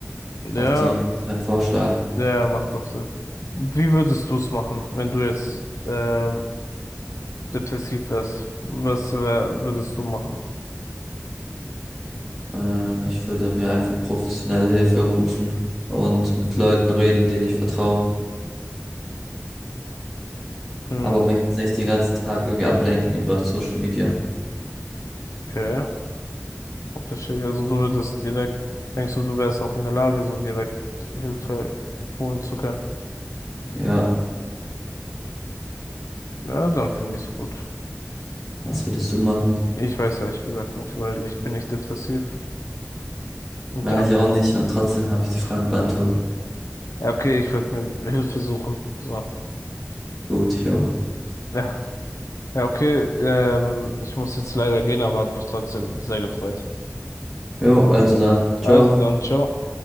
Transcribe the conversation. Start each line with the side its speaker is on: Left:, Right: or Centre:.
Left: Ja,
Centre: auch die dann vorschlagen.
Left: ja, macht doch Sinn. Wie würdest du es machen, wenn du jetzt ähm, depressiv wärst? Was äh, würdest du machen?
Centre: Ähm, ich würde mir einfach professionelle Hilfe rufen und mit Leuten reden, denen ich vertraue.
Left: Hm,
Centre: Aber mich jetzt nicht den ganzen Tag irgendwie ablenken über Social Media.
Left: okay. Oh, Verstehe, also du würdest direkt, denkst du, du wärst auch in der Lage, so direkt Hilfe holen zu können?
Centre: Ja,
Left: Ja, dann finde ich es gut.
Centre: was würdest du machen?
Left: Ich weiß ehrlich gesagt nicht, weil ich bin nicht depressiv. Und
Centre: Ja,
Left: ja,
Centre: ich auch nicht. Und trotzdem habe ich die Frage beantwortet.
Left: ja, okay, ich würde mir Hilfe suchen. So.
Centre: Gut, ich auch.
Left: Ja, ja, okay, ähm, ich muss jetzt leider gehen, aber hat mich trotzdem sehr gefreut.
Centre: Jo, also dann.
Left: Also
Centre: Ciao.
Left: dann, ciao.